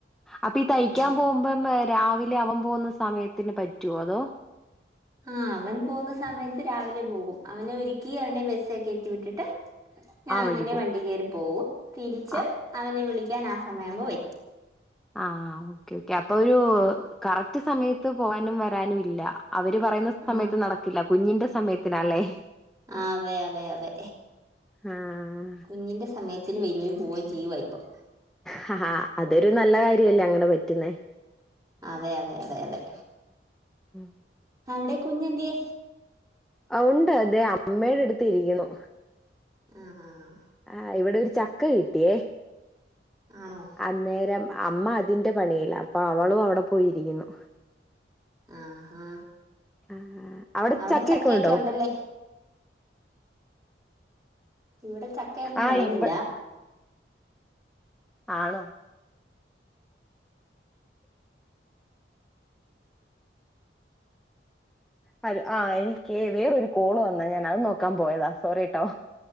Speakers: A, in the centre; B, on the right.
A: അപ്പൊ ഈ തൈക്കാൻ
B: ഉം
A: പോവുമ്പോ ഏ രാവിലെ അവൻ പോവുന്ന സമയത്ത്ന് പറ്റോ അതോ
B: ആ അവൻ പോവുന്ന സമയത്ത് രാവിലെ പോകും അവനെ ഒരുക്കി അവനെ ബസ് കയറ്റിവിട്ടിട്ട് ആ അങ്ങനെ
A: വഴി പോവും
B: വണ്ടി കയറി പോവും തിരിച്ച്
A: ആ
B: അവനെ വിളി ക്കാൻ ആ സമയാവുമ്പോ വരും.
A: ആ ഒക്കെ ക്കെ അപ്പൊ രു കറക്റ്റ് സമയത്ത് പോവാനും വരാനുല്ല അവര് പറയുന്ന
B: ആ
A: സമയത്ത് നടക്കില്ല കുഞ്ഞിന്റെ സമയ ത്തിനാലെ
B: ആ അതെ അതെ അതെ
A: ആഹ്
B: കുഞ്ഞിൻ്റെ സമയത്തിന് വേരേം പോവേം ചെയുവാപം
A: ഹ ഹ അതൊരു നല്ല കാര്യല്ലേ അങ്ങനെ പറ്റുന്നേ
B: അതെ അതെ അതെ അതെ
A: ഉം.
B: അവിടെ കുഞ്ഞ് എന്ത്യേ?
A: ഉണ്ട് ദേ അമ്മേടെ അടുത്ത് ഇരിക്കുന്നു.
B: ആഹ്
A: ആഹ് ഇവിടെ ഒരു ചക്ക കിട്ടിയേ
B: ആണോ
A: അന്നേരം അമ്മ അതിൻ്റെ പണിയിലാ, അപ്പൊ അവളും അവിടെ പോയിരിക്കുന്നു.
B: ആഹാ
A: ആഹ് അവിടെ
B: അവടെ ചക്കയൊക്കെ
A: ഉണ്ടോ?
B: ഉണ്ടല്ലേ? ഇവിടെ ചക്കയൊന്നും
A: ആഹ്
B: വെളഞ്ഞില്ല
A: ഇവ ആണോ ഹലോ ആ എനിക്കേ വേറൊരു കോള് വന്നേ ഞാൻ അത് നോക്കാൻ പോയതാ സോറിട്ടോ